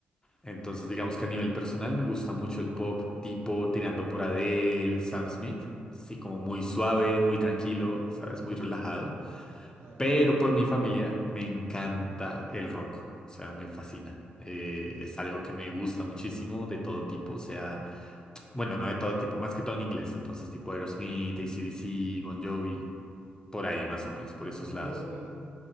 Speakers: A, on the left (about 20°); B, on the right (about 70°).
A: Entonces,
B: A
A: digamos
B: ver,
A: que a nivel personal me gusta mucho el pop tipo tirando por Adele, Sam Smith. Sí, como muy suave, muy tranquilo,
B: Ujú,
A: ¿sabes? Muy relajado.
B: claro.
A: Pero por mi familia me encanta el rock, o sea, me fascina. Eh, es algo
B: Ujú.
A: que me gusta muchísimo de todo tipo, o sea, bueno, no de todo tipo, más que todo en inglés, entonces tipo Aerosmith, AC/DC, Bon Jovi, por ahí más o menos,
B: al
A: por esos
B: Bon
A: lados.
B: Jovi,